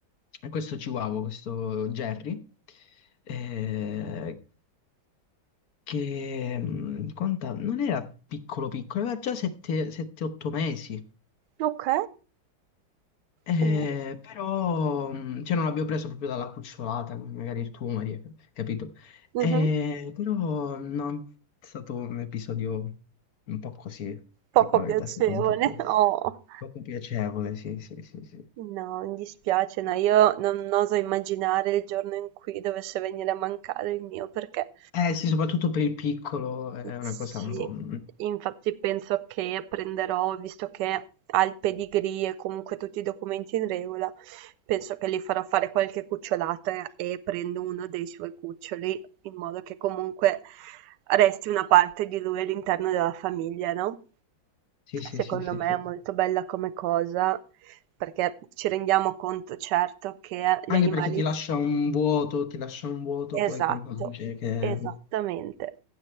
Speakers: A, on the left (about 55°); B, on the right (about 70°).
A: eh, questo Chihuahua, questo Jerry, eh, che, mh, quanta- non era piccolo piccolo, aveva già 7-8 mesi,
B: ok.
A: Eh,
B: Quindi,
A: però mh, cioè non l'abbiamo preso proprio dalla cucciolata, come magari il tuo, Maria, capito?
B: mh-mh,
A: Eh, però no, è stato un episodio un po' così, tipo
B: poco
A: la verità,
B: piacevole.
A: è stato un po' così.
B: <laughs> Oh.
A: Poco piacevole, sì, sì, sì, sì.
B: No, mi dispiace, no, io non oso immaginare il giorno in cui dovesse venire a mancare il mio perché
A: Eh sì, soprattutto per il piccolo è una
B: Sì,
A: cosa un po'... mm.
B: infatti penso che apprenderò, visto che ha il pedigree e comunque tutti i documenti in regola, penso che gli farò fare qualche cucciolata e prendo uno dei suoi cuccioli, in modo che comunque resti una parte di lui all'interno della famiglia, no?
A: Sì, sì,
B: Secondo
A: sì, sì,
B: me
A: sì.
B: è molto bella come cosa, perché ci rendiamo conto, certo, che gli
A: Anche
B: animali...
A: perché ti lascia un vuoto, ti lascia un vuoto
B: Esatto,
A: poi quando dice che
B: esattamente.